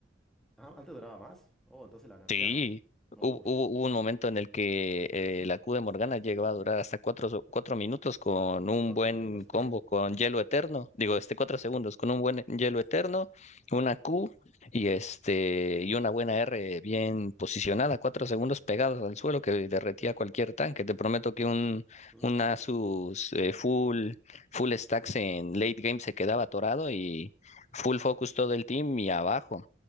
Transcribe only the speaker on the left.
Sí,
hu- hubo, hubo un momento en el que eh, la Q de Morgana llegaba a durar hasta cuatro, so- cuatro minutos con un
buen
combo
con hielo eterno, digo, este cuatro segundos con un buen hielo eterno, una Q y este y una buena R bien posicionada, cuatro segundos pegados al suelo que derretía cualquier tanque. Te prometo que un,
un Asus eh, full full stacks en late game se quedaba atorado y full focus todo el team y abajo.